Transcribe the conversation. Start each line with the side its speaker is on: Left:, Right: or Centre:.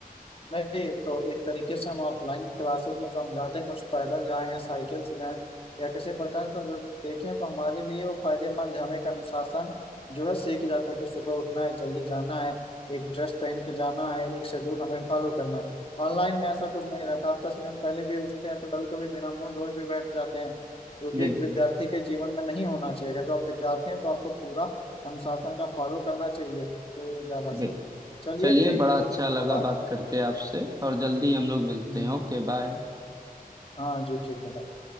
Left: नहीं तो एक तरीके से हम ऑफलाइन क्लासेस में जो हम जाते हैं कुछ पैदल जाएं या साइकिल से जाएं या किसी प्रकार से अगर देखें तो हमारे लिए वो फायदेमंद है हम एक अनुशासन जो है सीख जाते हैं कि सुबह उठना है जल्दी जाना है एक ड्रेस पहन के जाना है एक शेड्यूल हमें फॉलो करना है ऑनलाइन में ऐसा कुछ नहीं रहता आप दस मिनट पहले भी उठते हैं तो कभी कभी बिना मुंह धोए भी बैठ जाते हैं जो कि
Right: बिल्कुल
Left: एक विद्यार्थी के जीवन में नहीं होना चाहिए अगर जो आप विद्यार्थी हैं तो आपको पूरा अनुशासन का फॉलो करना चाहिए तो ये ज्यादा
Right: बिल्कुल
Left: सही रहता है चलिए
Right: चलिए
Left: ठीक
Right: बड़ा
Left: है
Right: अच्छा लगा
Left: बा-
Right: बात करके आपसे और जल्दी हम लोग मिलते
Left: हम्म।
Right: हैं Okay bye
Left: हाँ जी ठीक है bye।